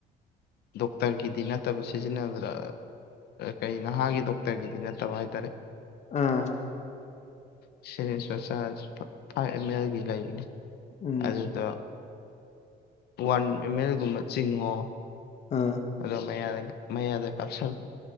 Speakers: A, on the left; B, on the left.
A: ꯗꯣꯛꯇꯔꯒꯤꯗꯤ ꯅꯠꯇꯕ ꯁꯤꯖꯤꯟꯅꯕꯗ ꯀꯩ ꯅꯍꯥꯒꯤ ꯗꯣꯛꯇꯔꯒꯤꯗꯤ ꯅꯠꯇꯕ ꯍꯥꯏꯇꯥꯔꯦ
B: ꯑꯥ
A: ꯁꯦꯔꯤꯁ ꯃꯆꯥ ꯐꯥꯏꯚ ꯑꯦꯝ ꯑꯦꯜꯒꯤ ꯂꯩꯕꯅꯤ
B: ꯎꯝ
A: ꯑꯗꯨꯗ ꯋꯥꯟ ꯑꯦꯝ ꯑꯦꯜꯒꯨꯝꯕ ꯆꯤꯡꯉꯣ
B: ꯑꯥ
A: ꯑꯗꯣ ꯃꯌꯥꯗꯅꯤ ꯃꯌꯥ ꯌꯥꯗꯦ ꯄꯥꯁꯜ